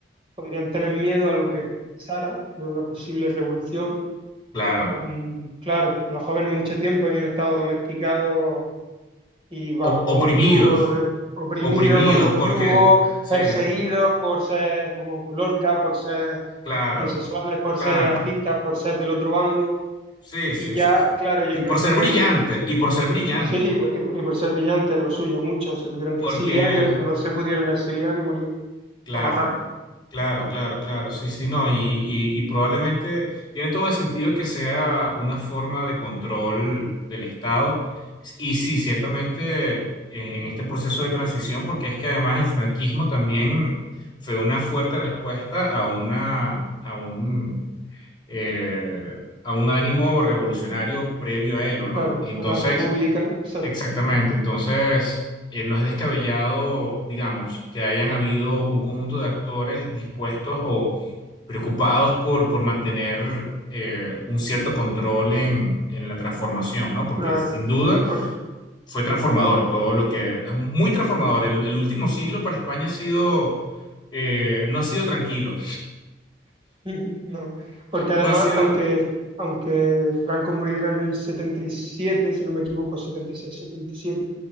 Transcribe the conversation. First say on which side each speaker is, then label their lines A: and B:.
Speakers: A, on the right (about 30°); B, on the left (about 25°).
A: podrían tener miedo a lo que pasara de una posible revolución.
B: claro.
A: o un- claro, los jóvenes mucho tiempo habían estado domesticados y bajo
B: O-
A: un
B: oprimidos,
A: yugo de- oprimidos,
B: oprimidos,
A: bajo un
B: porque
A: yugo,
B: sí,
A: perseguidos por ser como Lorca, por ser
B: claro,
A: homosexuales, por
B: claro.
A: ser artistas, por ser del otro bando.
B: Sí, sí,
A: Y ya,
B: sí, sí.
A: claro, yo
B: Y por
A: creo que
B: ser
A: tenían,
B: brillante, y por ser brillante,
A: sí, y, y y por ser brillantes, lo suyo, muchos se tuvieron que
B: porque,
A: exiliar y otros no se pudieron exiliar y murieron,
B: claro.
A: o mataron,
B: Claro, claro, claro, sí, sí, no, y, y, y probablemente tiene todo el sentido que sea una forma de control del Estado. Y sí, ciertamente en, en este proceso de transición, porque es que además el franquismo también fue una fuerte respuesta a una, a un, eh, a un ánimo revolucionario previo a él, ¿o no?
A: claro,
B: Entonces,
A: a la República, exacto,
B: exactamente, entonces eh, no es descabellado, digamos, que hayan habido un conjunto de actores dispuestos o preocupados por, por mantener eh, un cierto control en, en la transformación, ¿no? Porque
A: claro.
B: sin duda
A: Porque
B: fue transformador, todo lo que, muy transformador. El, el último siglo para España ha sido, eh, no ha sido tranquilo,
A: <laughs> No, porque además,
B: no ha sido...
A: aunque, aunque Franco muriera en el 77, si no me equivoco, 76, 77,